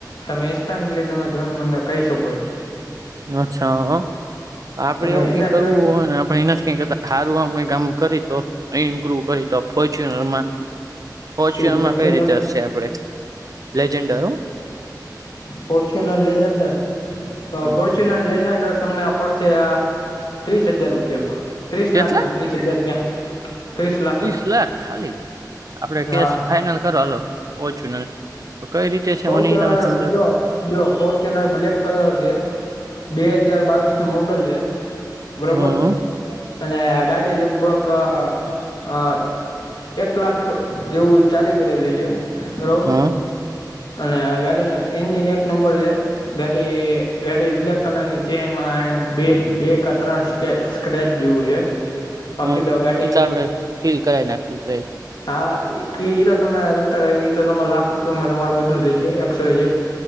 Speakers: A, on the left (about 85°); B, on the right (about 55°).
A: તમે ઇન્સ્ટન્ટલી તમે જો મને કહી શકો છો.
B: અચ્છા, આપડે
A: અને
B: એવું
A: એના
B: કઈક
A: સિવાય
B: કરવું હોયને આપે એના જ કઈકતા સારું આમ કઈ આમ કરી તો ઇમ્પ્રુવ કરી. તો ફોર્ચ્યુનરમાં ફોર્ચ્યુનરમાં
A: શું ફોર્ચ્યુનર
B: કઈ રીતે હશે આપણે લેજન્ડરો?
A: ફર્ચ્યુનર લેઝન્ડર,
B: હ
A: ફોર્ચ્યુનર લેઝન્ડર તમને પડશે આ ત્રીસ હજાર રૂપિયામાં. ત્રીસ
B: કેટલા
A: લાખમાં ત્રીસ હજાર ક્યાં ત્રીસ લાખમાં.
B: લખ ખાલી આપડે
A: હા
B: કેસ ફાઈનલ કરોલો ઓછું ન તો કઈ રીતે છે
A: ફોર્ચ્યુનર
B: મને તમે સમજાવ
A: જો જો ફોર્ચ્યુનર બ્લેક કલર છે બે હજાર બાવીસ નું મોડલ છે બરોબર
B: હમ
A: અને ગાડી લગભગ આ એક લાખ જેવું ચાલી ગયલી છે ર
B: હમ
A: અને ગાડી ન એન્જિન એક નંબર છે ગાડી ગાડી બ્લેક કલર ની છે એમાં બે બે ત્રણ સ્કે સ્ક્રેચ જેવુ છે બાકી
B: હમ્મ
A: ગાડી
B: એ તો આપડે ફીલ કરાઈ નાખશું ક
A: હા એ તો તમે એ તોરે ઈ લાખ રૂપિયામાં તમારું બધું થઈ જાય એકસ યાય ઝેડ